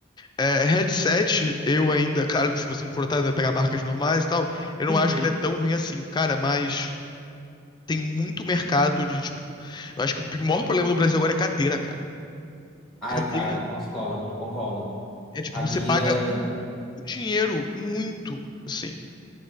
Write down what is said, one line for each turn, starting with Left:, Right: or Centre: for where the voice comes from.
Left: é, headset, eu ainda, claro que se você não for otário, vai pegar marcas normais e tal. Eu não
Centre: Uhum.
Left: acho que ele é tão ruim assim, cara, mas tem muito mercado de, tipo. Eu acho que o maior problema do Brasil agora é cadeira, cara.
Centre: Ai,
Left: Cadeira
Centre: cara, concordo, concordo.
Left: é tipo,
Centre: Cadeira.
Left: você paga muito dinheiro, muito, assim.